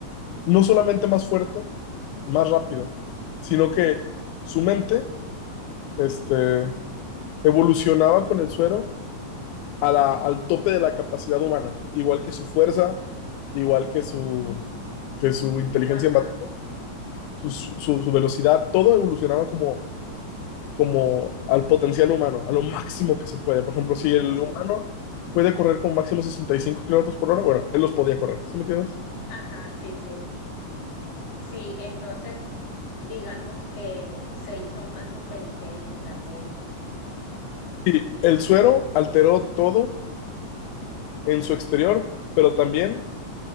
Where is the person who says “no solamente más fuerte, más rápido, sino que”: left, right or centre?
Left